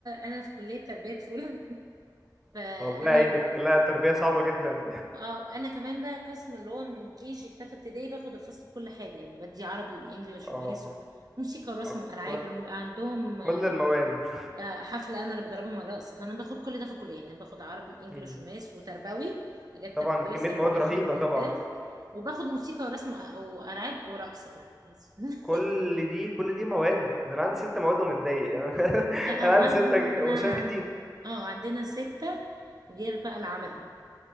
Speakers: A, on the right (about 55°); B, in the centre.
A: انا في كليه تربيه فولا <laughs>
B: <laughs>
A: فانا
B: والله يعينك لا تربية صعبة جدا
A: اه وانا كمان بقى قسم اللي هو من كي جي في تالتة ابتدائي باخد الفصل بكل حاجة يعني بدي عربي وانجليش
B: اه
A: ومقاس و- وموسيقى ورسم
B: آه،
A: والعاب
B: كل
A: ولما بيبقى عندهم
B: كل المواد
A: آه، حفلة انا اللي بدربهم على الرقص فانا باخد كل ده في الكلية يعني باخد عربي وانجليش
B: مم.
A: ومقاس وتربوي حاجات
B: طبعا
A: تربوية
B: ده كمية
A: سيكولوجية
B: مواد رهيبة
A: الطفل
B: طبعا
A: وباخد موسيقى ورسم وأ- والعاب ورقص كمان <laughs>
B: كل دي كل دي مواد ده انا عندي ست مواد ومتضايق <laughs>
A: لا هو
B: انا عندي
A: احنا
B: ستة وشاف
A: عن...
B: كتير
A: اه عندنا ستة غير بقى العمل